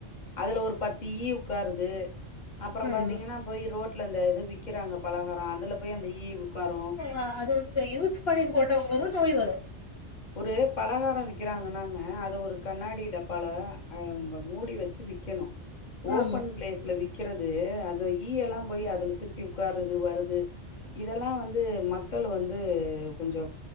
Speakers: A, on the left (about 40°); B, on the left (about 60°).
A: அதுல ஒரு பத்து ஈ உக்காருது அப்றோ பாத்தீங்கனா
B: ஆமா
A: போயி ரோட்ல இந்த இது விக் விக்கிறாங்க பலகாரொ அதுல போய் அந்த ஈ உக்காரூ
B: ஆ அது வந்து யூஸ் பன்னிட்டு போட்டவங்களுக்கூ நோய் வரு
A: ஒரு பலகாரொ விக்கிறாங்கன்னாங்க அத ஒரு கண்ணாடி டப்பால அ மூடி வச் சு விக்கனூ ஓபன்
B: ஆமா
A: பிளேஸ்ல விக் கறது அது ஈயல்லா போய் அதுல திருப்பி உக்காறுது வருது இதெல்லா வந்து மக்கள் வந்து கொஞ்சொ